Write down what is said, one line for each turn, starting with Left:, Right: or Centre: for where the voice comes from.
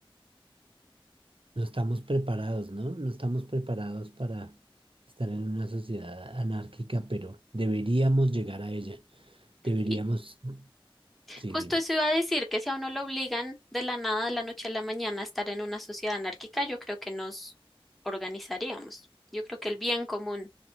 Right: No estamos preparados, ¿no? No estamos preparados para estar en una sociedad anárquica, pero deberíamos llegar a ella. Deberíamos,
Centre: Y
Right: sí,
Centre: justo
Right: dime.
Centre: eso iba a decir que si a uno lo obligan de la nada, de la noche a la mañana, a estar en una sociedad anárquica, yo creo que nos organizaríamos. Yo creo que el bien común